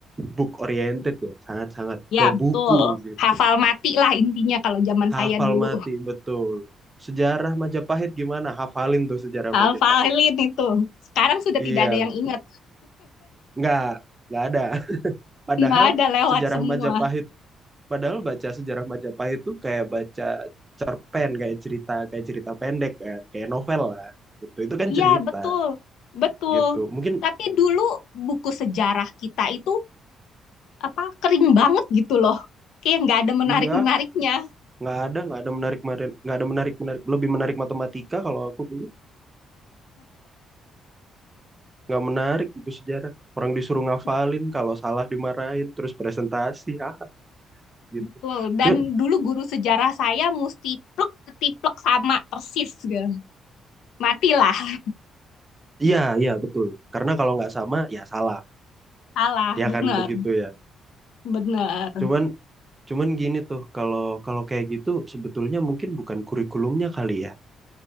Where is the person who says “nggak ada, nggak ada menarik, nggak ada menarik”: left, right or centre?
Right